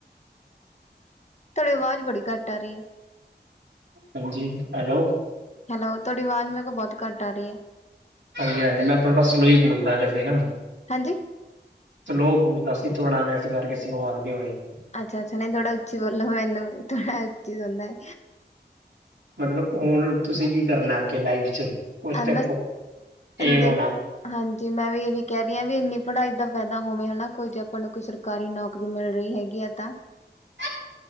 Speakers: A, on the left; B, on the right.
A: ਤੁਹਾਡੀ ਆਵਾਜ਼ ਬੜੀ ਘੱਟ ਆ ਰਹੀ ਹੈ।
B: ਹਾਂਜੀ ਹੈਲੋ।
A: ਹੈਲੋ ਤੁਹਾਡੀ ਆਵਾਜ਼ ਮੈਂ ਕਿਹਾ ਬਹੁਤ ਘੱਟ ਆ ਰਹੀ ਹੈ।
B: ਹਾਂਜੀ, ਹਾਂਜੀ ਮੈਂ ਤੁਹਾਡਾ ਸਲੋਈ ਬੋਲਦਾ ਵੇਹਸੇ ਨਾ
A: ਹਾਂਜੀ।
B: ਸਲੋ ਦਸ ਕਿਥੋ ਆੳਨਾ ਮੈਂ ਇਸ ਕਰਕੇ ਭਗਵਾਨ ਵੀ ਹੋਣੀ
A: ਅੱਛਾ, ਅੱਛਾ ਨਹੀਂ ਥੋੜਾ ਉੱਚੀ ਬੋਲੋ ਮਨੂੰ ਥੜਾ ਉੱਚੀ ਸੁੁੰਦਾ ਹੈ।
B: ਮਤਲਬ ਹੁਣ ਤੁਸੀਂ ਕੀ ਕਰਨਾ ਕਿ ਲਾਈਫ ਚ ਉਸ ਤੇ
A: ਬਸ
B: ਏਮ
A: ਦੇ
B: ਹੋਣਾ
A: ਹਾਂਜੀ ਮੈਂ ਵੀ ਇਹੀ ਕਹਿ ਰਹੀ ਹਾਂ ਵੀ ਇੰਨੀ ਪੜ੍ਹਾਈ ਦਾ ਫਾਇਦਾ ਹੋਵੇ ਹਨਾ ਕੋਈ ਜੇ ਆਪਾਂ ਨੂੰ ਕੋਈ ਸਰਕਾਰੀ ਨੌਕਰੀ ਮਿਲ ਰਹੀ ਹੈਗੀ ਹੈ ਤਾਂ
B: <unintelligible> <unintelligible>